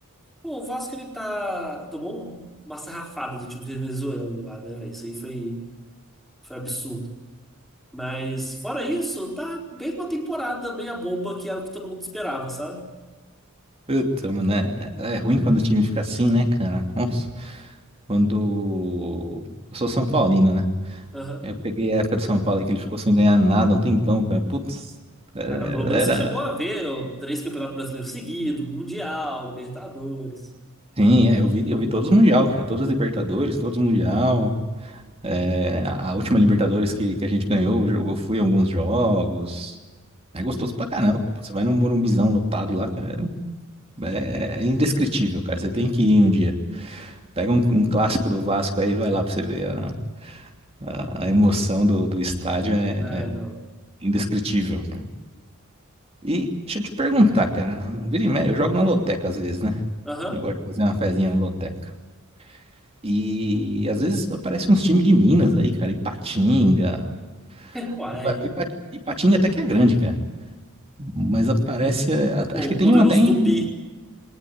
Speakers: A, in the centre; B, on the right.
A: pô, o Vasco ele tá. Tomou um- uma sarrafada do time venezuelano lá, né, velho? Isso aí foi, foi absurdo. Mas, fora isso, tá bem uma temporada meia bomba que era o que todo mundo esperava, sabe?
B: Puta, mano, é, é é ruim quando o time fica assim, né, cara? Nossa, quando. Eu sou São Paulino, né?
A: Aham.
B: Eu peguei a época do São Paulo aí que ele ficou sem ganhar nada um tempão, cara. Putz, era,
A: É, mas pelo menos
B: era...
A: você chegou a ver ó, três campeonatos brasileiros seguidos, Mundial, Libertadores.
B: Sim, é, eu vi, eu vi todos os Mundial, cara. Todos os Libertadores, todos os Mundial. É, a última Libertadores que, que a gente ganhou, eu jo- eu fui em alguns jogos. É
A: Sim.
B: gostoso pra caramba. cara. Você vai num Morumbizão lotado lá, cara. É, é indescritível, cara. Você tem que ir um dia. Pega um, um clássico do Vasco aí e vai lá pra você ver. A, a, a emoção do, do estádio é
A: É, não.
B: é indescritível. cara. E deixa eu te perguntar, cara. Vira e mexe, eu jogo na loteca às vezes, né?
A: Aham.
B: Eu gosto de fazer uma fezinha na loteca. E às vezes aparecem uns times de Minas aí, cara. Ipatinga.
A: <laughs> Uai.
B: Ipa- Ipa- Ipatinga até que é grande, cara. Mas aparece. é, a-
A: Pô,
B: Acho que
A: o
B: tem
A: poderoso
B: um até em
A: Tupi.